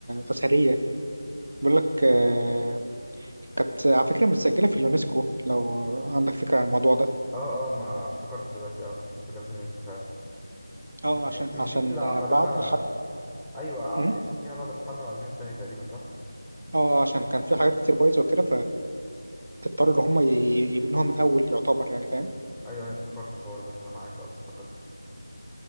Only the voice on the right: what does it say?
أثرية بيقول لك آه كانت على فكرة متسجلة في اليونسكو لو عندك فكرة عن الموضوع ده
اه
عشان
عشان
بعد الحرب
م?
اه عشان كان في حاجات كتير بايظة وكده تضطر ان هم ي- يبنوها من اول يعتبر يعني فاهم